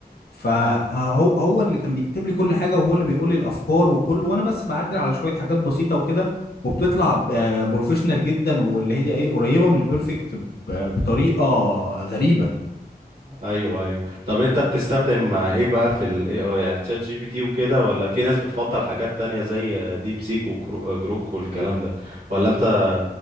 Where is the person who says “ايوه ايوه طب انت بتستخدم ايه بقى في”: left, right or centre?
Right